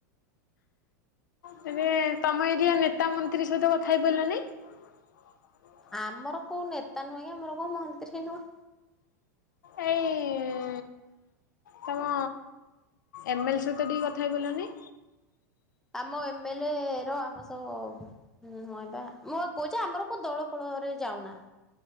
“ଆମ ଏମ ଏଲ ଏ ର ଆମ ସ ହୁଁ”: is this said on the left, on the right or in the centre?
Centre